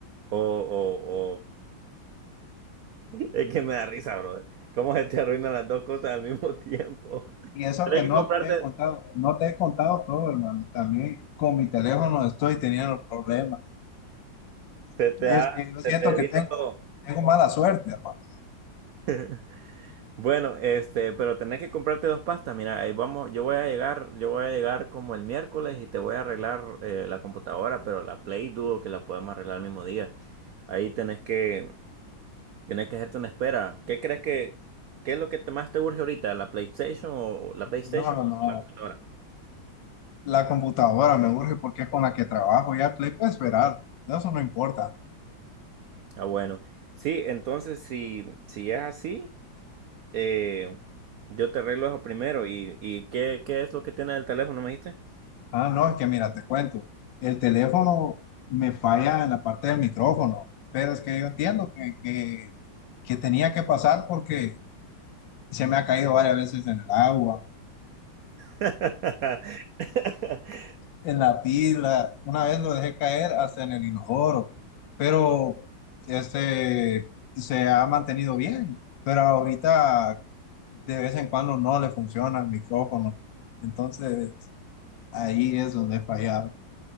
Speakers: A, on the right; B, on the left.
A: o, o, o... Es que me da risa, brother. ¿Cómo se te arruinan las dos cosas al mismo <laughs> tiempo?
B: Y eso
A: Tenés
B: que
A: que
B: no
A: comprarte,
B: te he contado, no te he contado todo, hermano. También con mi teléfono estoy teniendo problemas.
A: se te
B: Es
A: ha,
B: que yo
A: se
B: siento
A: te evita
B: que tengo,
A: todo.
B: tengo mala suerte, hermano.
A: <laughs> Bueno, este, pero tenés que comprarte dos pastas. Mira, ahí vamos, yo voy a llegar, yo voy a llegar como el miércoles y te voy a arreglar eh, la computadora, pero la Play dudo que la podemos arreglar el mismo día. Ahí tenés que, tenés que hacerte una espera. ¿Qué crees que, qué es lo que te- más te urge ahorita? ¿La PlayStation o la PlayStation
B: No,
A: o
B: no, no.
A: la computadora?
B: La computadora me urge porque es con la que trabajo. Ya el Play puede esperar. Eso no importa.
A: Ah, bueno. Sí, entonces si, si es así, eh, yo te arreglo eso primero. ¿Y, y qué, qué es lo que tiene el teléfono, me dijiste?
B: Ah, no, es que mira, te cuento. El teléfono me falla en la parte del micrófono. Pero es que yo entiendo que, que, que tenía que pasar porque se me ha caído varias veces en el agua.
A: <laughs>
B: en la pila, una vez lo dejé caer hasta en el inodoro, pero este se ha mantenido bien, pero ahorita de vez en cuando no le funciona el micrófono, entonces ahí es donde he fallado.